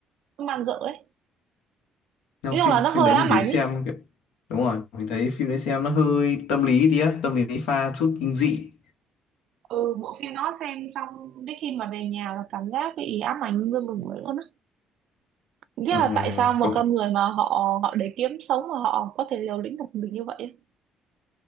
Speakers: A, on the right; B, on the left.
A: nó man rợ ấy
B: Nhưng
A: nói
B: phim
A: chung là nó hơi
B: phim đấy
A: ám
B: mình thấy
A: ảnh
B: xem
A: ấy.
B: kiểu đúng rồi mình thấy phim đấy xem nó hơi tâm lý tí á tâm lý pha chút kinh dị
A: ừ bộ phim nó xem xong đến khi mà về nhà là cảm giác bị ám ảnh nguyên một buổi luôn á nghĩa
B: ừ.
A: là tại sao một
B: có
A: con người mà họ họ để kiếm sống mà họ có thể liều lĩnh được mình như vậy ấy.